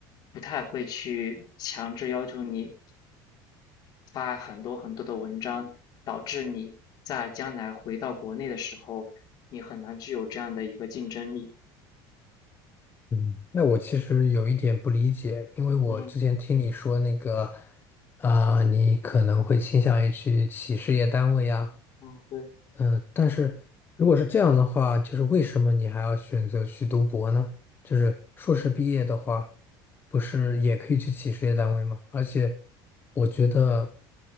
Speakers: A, on the left (about 40°); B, on the left (about 20°).
A: 不太会去强制要求你发很多很多的文章，导致你在将来回到国内的时候，你很难具有这样的一个竞争力。
B: 嗯，那我其实有一点不理解，因为我之前听你说那个，
A: 嗯
B: 啊、你可能会倾向于去企事业单位呀。
A: 嗯，对，
B: 嗯，但是如果是这样的话，就是为什么你还要选择去读博呢？就是硕士毕业的话，不是也可以去企事业单位吗？而且我觉得